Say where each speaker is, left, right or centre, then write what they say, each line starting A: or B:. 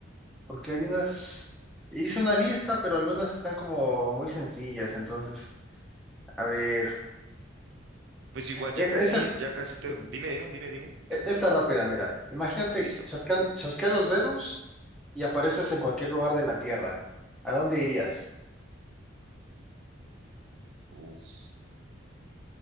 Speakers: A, in the centre; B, on the right (about 65°).
A: porque hay unas... Hice una lista, pero algunas están como muy sencillas, entonces, a ver.
B: Pues igual ya
A: Esta,
B: casi,
A: esta es...
B: ya casi
A: sí,
B: te... Dime, dime, dime, dime, dime.
A: e- Esta rápida, mira. Imagínate,
B: Listo.
A: chascan, chasquear los dedos y apareces en cualquier lugar de la Tierra. ¿A dónde irías?
B: Uf.